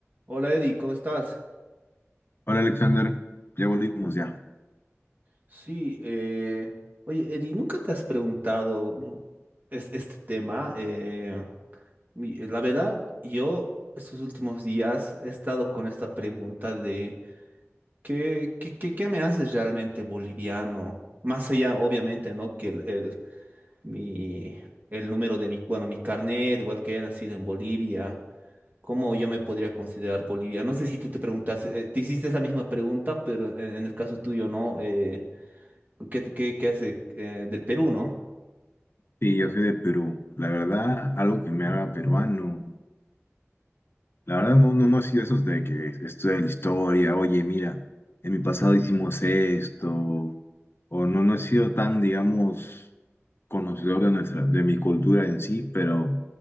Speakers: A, on the right; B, on the left.
A: Hola Eddie, ¿cómo estás?
B: Hola Alexander, ya volvimos ya.
A: Sí, eh, oye Eddie, ¿nunca te has preguntado mm, es- este tema? Eh, mi- la verdad, yo estos últimos días he estado con esta pregunta de ¿qué, qué, qué, qué me haces realmente boliviano? Más allá, obviamente, ¿no? Que el, el- mi, el número de mi, bueno, mi carnet, igual que haya nacido en Bolivia. ¿Cómo yo me podría considerar boliviano? No sé si tú te preguntas, eh, te hiciste esa misma pregunta, pero en, en el caso tuyo, ¿no? Eh, ¿qué, qué- qué hace eh, del Perú, ¿no?
B: Sí, yo soy de Perú. La verdad, algo que me haga peruano. La verdad, no, no, no ha sido esos de que estudia la historia, oye, mira, en mi pasado hicimos esto, o no, no he sido tan, digamos, conocedor de nuestra, de mi cultura en sí, pero